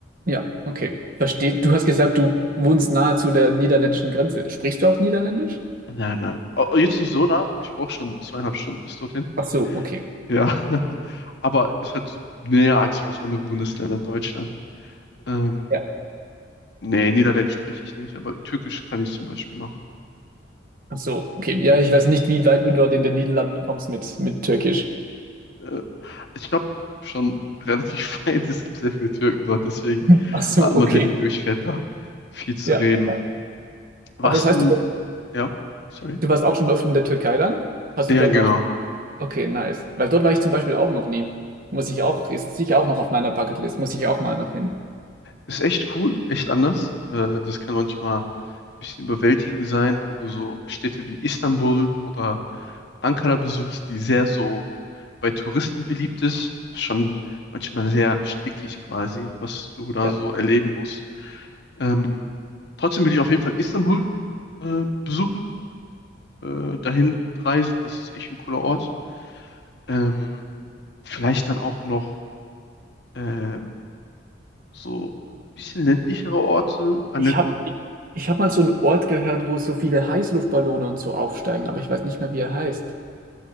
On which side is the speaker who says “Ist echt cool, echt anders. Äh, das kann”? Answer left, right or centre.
Left